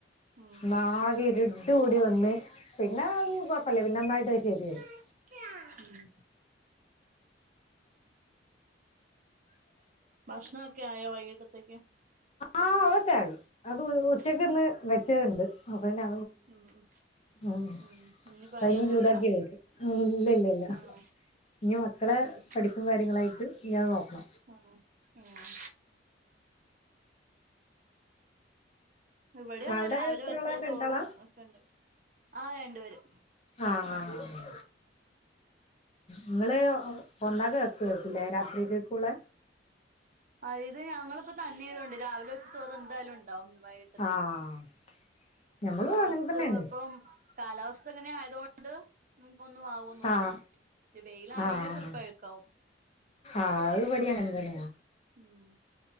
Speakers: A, on the right; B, on the left.
A: ഉം ഉം
B: നാകെ
A: ഉം
B: ഇരുഡു കൂടി വന്ന് പിന്നെ കൊയ്പ്പല്ല പിന്നെ നന്നായിട്ട് <unintelligible>
A: <unintelligible> ഭക്ഷണൊക്കെ ആയോ വൈകിട്ടത്തേക്ക്?
B: ആഹ് അതൊക്കെ ആയി അത് ഉച്ചക്ക്
A: ഉം
B: ഇന്ന് വെച്ചണ്ട് അപ്പ പിന്നെ
A: <inaudible>
B: ഉം
A: ഇനി പണിയൊന്നുല്ല
B: കഞ്ഞി ചൂടാക്കി കഴിച്ചു ഇല്ല ഇല്ല ഇല്ല
A: ആഹ്
B: ഇഞ്ഞ് മക്കളെ
A: ഉം
B: പഠിപ്പും കാര്യങ്ങളായിട്ട് ഇഞ്ഞത് നോക്കാ.
A: ആഹ് ഉം ഇവിടെ അതെ
B: അവിടെ
A: രാവിലെ
B: എത്ര
A: വച്ച
B: ആളാ
A: ചോറും
B: രണ്ടാളാ
A: ഒക്കെ ഉണ്ട് ആഹ് രണ്ടുപേരും
B: ആഹ് ഹാ ഹാ ഇങ്ങള് ഉണ്ടാക്കി വെകേകുല്ലേ രാത്രി കേക്കുള്ള
A: അ ഇത് ഞങ്ങളി പ്പോ തന്നെയതോണ്ട് രാവിലെ വെച്ച ചോറ് എന്തായാലും ണ്ടാവും വൈ ത്തേക്കും
B: ആഹ് ഞമ്മളും
A: കൊറച്ചും
B: അങ്ങനെ തന്നെയാണ്
A: ഇപ്പം കാലാവസ്ഥ ഇങ്ങനെ ആയത് കൊണ്ട് ഞ്ഞ് പ്പൊന്നും ആവൊ മൂലം
B: ആഹ്
A: വെയിലാണെങ്കി
B: ആഹ്
A: ചൽപ്പം അഴുക്കാവും
B: ആഹ് അത്വടിയ കന്തന
A: ഉം ഉം